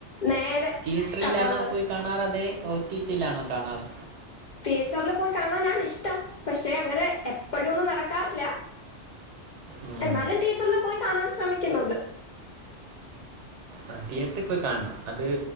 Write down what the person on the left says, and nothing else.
നേരെ.
കഥ
ഉള്ളത്
തീയേറ്ററിൽ പോയി കാണാനാണ് ഇഷ്ടം, പക്ഷെ അങ്ങനെ എപ്പഴും ഒന്നും നടക്കാ ക്കാറില്ല
എന്നാലും തീയറ്ററിൽ പോയി കാണാൻ ശ്രമിക്കുന്നുണ്ട്.